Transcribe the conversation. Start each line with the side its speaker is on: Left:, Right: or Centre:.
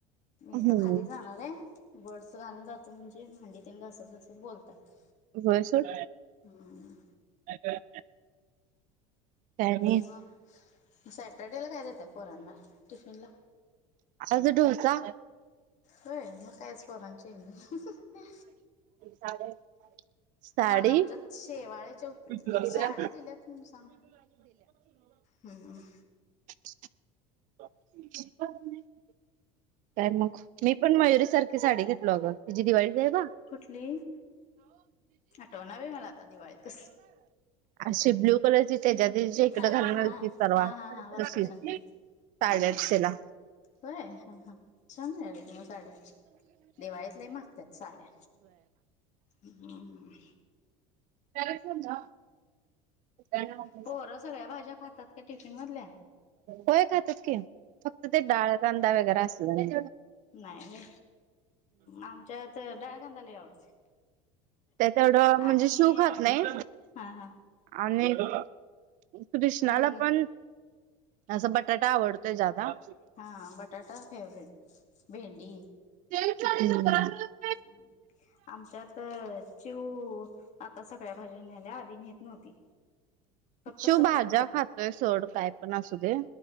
Left: मी
Right: हम्म
Left: तर खाली जाणार आहे बर्डस घालून जातो म्हणजे भांडी घासत घसत बोलतात
Right: होय सोड
Left: हम्म
Right: <inaudible> काय नाही
Left: ह सॅटरडे ला काय देतय पोरांना टिफिन ला
Right: आताचा डोसा
Left: होय मग काय पोरांची चैनी
Right: चालेल साडी
Left: आज आमच्यात शेवाळ्याच्या उपीट
Right: दिल्या
Left: साड्या दिल्यात म्हणून सांग हम्म
Right: <inaudible> काय मग मी पण मयुरी सारखी साडी घेतलो अगं तिची दिवाळीच आहे बग
Left: कुठली आठवना बाई मला आता दिवाळीत कसली
Right: असे ब्ल्यू कलरची त्याच्या दीडशे इकड
Left: हा
Right: घालून
Left: हा हा
Right: मिळती सर्वा
Left: हा हा हा वास्तूक
Right: तशी
Left: शांती
Right: साडे
Left: हा हा
Right: आठशेला
Left: हा होय ह ह. छान मिळाले तुला साड्या. दिवाळीत लय महागत्यात साड्या हम्म हम.
Right: तरीच म्हणलं कुठल्या आणत्यास
Left: पोरं सगळ्या भाज्या खातात का टिफिन मधल्या
Right: होय खात्यात की फक्त ते डाळ कांदा वगैरे असल नाही.
Left: नाही हे आमच्यात डाळकांदा लय आवडते.
Right: ते तेवढं म्हणजे
Left: आणि
Right: शिव खात नाही
Left: हा हा
Right: आणि कृष्णाला
Left: ही
Right: पण असं बटाटा आवडतोय जादा.
Left: हा बटाटा फेवरेट भेंडी
Right: ते <unintelligible>
Left: हम्म <unintelligible> आमच्यात चिव आता सगळ्या भाज्या न्यायल्या आधी नेत नव्हती. फक्त
Right: शिव
Left: सपक
Right: भाज्या खातोय सोड काय पण असू दे.